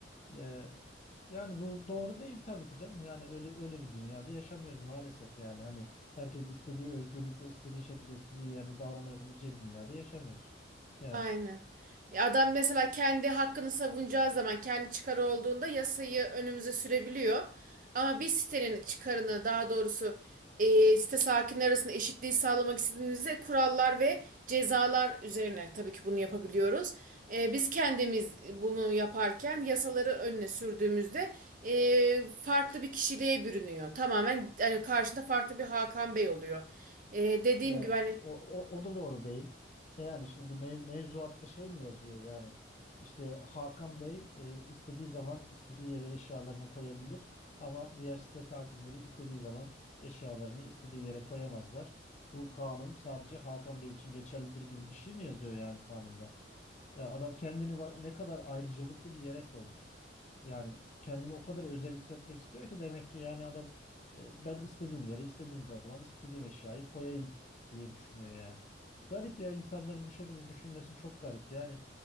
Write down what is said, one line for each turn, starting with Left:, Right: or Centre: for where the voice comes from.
Left: Ee, yani bu doğru değil tabii ki canım. Yani öyle öyle bir dünyada yaşamıyoruz maalesef. Yani hani herkes istediği özgürlükle istediği şekilde istediği yerde davranabileceği bir dünyada yaşamıyoruz. Yani
Right: Aynen. E, Adam mesela kendi hakkını savunacağı zaman kendi çıkarı olduğunda yasayı önümüze sürebiliyor. Ama biz sitenin çıkarını daha doğrusu e, site sakinleri arasında eşitliği sağlamak istediğimizde kurallar ve cezalar üzerine tabii ki bunu yapabiliyoruz. E, biz kendimiz bunu yaparken yasaları önüne sürdüğümüzde e, farklı bir kişiliğe bürünüyor. Tamamen yani karşında farklı bir Hakan Bey oluyor. E, dediğim
Left: ya
Right: gibi hani
Left: o, o, o da doğru değil. E Yani şimdi mev- mevzuatta şey mi yazıyor yani işte Hakan Bey e, istediği zaman istediği yere eşyalarını koyabilir ama diğer site sakinleri istediği zaman eşyalarını istediği yere koyamazlar. Bu kanun sadece Hakan Bey için geçerlidir gibi bir şey mi yazıyor yani kanunda? Ya adam kendini bak ne kadar ayrıcalıklı bir yere koymuş. Yani kendini o kadar özel hissetmek istiyor ki demek ki yani adam e, ben istediğim yere, istediğim zaman, istediğim eşyayı koyayım diye düşünüyor yani. Garip ya insanların bu şekilde düşünmesi çok garip. Yani